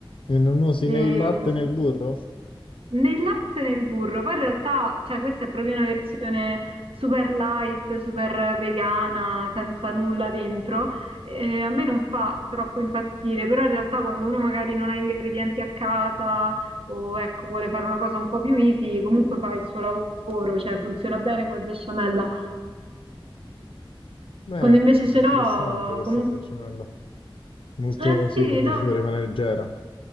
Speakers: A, on the left; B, on the right.
A: E non usi
B: E
A: né il latte né il burro?
B: nel latte e nel burro, poi in realtà, cioè, questa è proprio una versione super light, super vegana, senza nulla dentro. Eh, a me non fa troppo impazzire, però in realtà quando uno magari non ha ingredienti a casa o ecco, vuole fare una cosa un po' più easy, comunque fa il suo lavoro, cioè funziona bene come besciamella.
A: Beh,
B: Quando invece ce
A: è interessante
B: l'ho,
A: questa
B: comunque
A: besciamella. Molto,
B: Eh
A: sì,
B: sì,
A: come dici
B: no,
A: tu, rimane leggera.